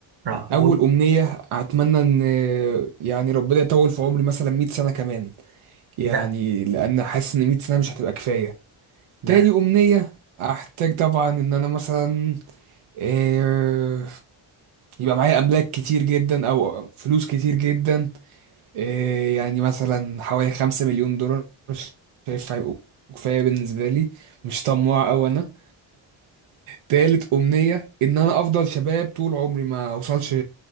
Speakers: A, on the right; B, on the right.
A: راح
B: اول
A: بص-
B: امنيه اتمنى ان يعني ربنا يطول في عمري مثلا 100 سنه كمان يعني
A: لا
B: لان حاسس ان 100 سنه مش هتبقى كفايه
A: لا
B: تاني امنيه احتاج طبعا ان انا مثلا آه، يبقى معايا املاك كتير جدا او فلوس كتير جدا آه، يعني مثلا حوالي 5 مليون دولار شايف هيبقوا كفايه بالنسبه لي مش طماع أوي انا تالت أمنية إن أنا أفضل شباب طول عمري ما أوصلش